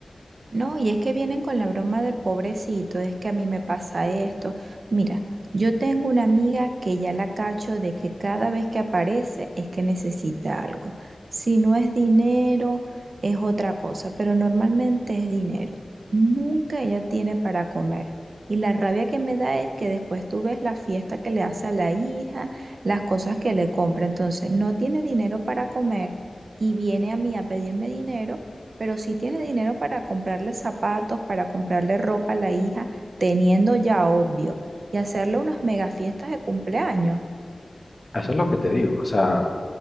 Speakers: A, on the right (about 80°); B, on the left (about 35°).
A: No, y es que vienen con la broma del pobrecito, es que a mí me pasa esto. Mira, yo tengo una amiga que ya la cacho de que cada vez que aparece es que necesita algo. Si no es dinero, es otra cosa, pero normalmente es dinero. Nunca ella tiene para comer. Y la rabia que me da es que después tú ves la fiesta que le hace a la hija, las cosas que le compra. Entonces, no tiene dinero para comer y viene a mí a pedirme dinero pero sí tiene dinero para comprarle zapatos, para comprarle ropa a la hija, teniendo ya obvio, y hacerle unas mega fiestas de cumpleaños.
B: Eso es lo que te digo, o sea,